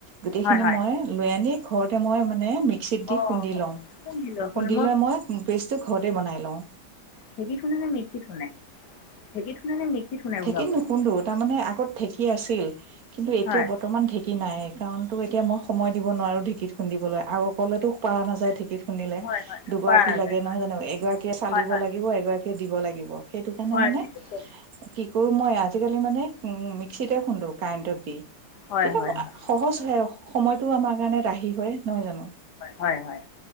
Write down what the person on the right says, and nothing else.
গোটেই
খিনি
মই লৈ আনি ঘৰতে মই মানে মিক ক্সিত দি
খুন্দি লওঁ,
খুন্দি লয় মই পেছটো ঘৰতে বনাই লওঁ।
ঢেঁকিত
নুখোন্দো তাৰমানে আগত ঢেঁকী আছিল। কিন্তু, এতিয়া
বৰ্তমান ঢেঁকী নাইয়ে। কাৰণ তো এতিয়া মই সময় দিব নোৱাৰোঁ ঢেঁকিত খুন্দিবলৈ আৰু অকলেতো পাৰা নাযায় ঢেঁকিত খুন্দিলে
দুগৰাকী
লাগে নহয় জানোঁ, এগৰাকীয়ে চালিব
লাগিব এগৰাকীয়ে দিব লাগিব। সেইটো কাৰণে
মানে
কি কৰোঁ মই আজিকালি মানে উম, মিক্সিতে খুন্দো কাৰেন্টত দি
তেতিয়া
সহজ হয়। সময়টো আমাৰ কাৰণে ৰাহি হয় নহয় জানোঁ।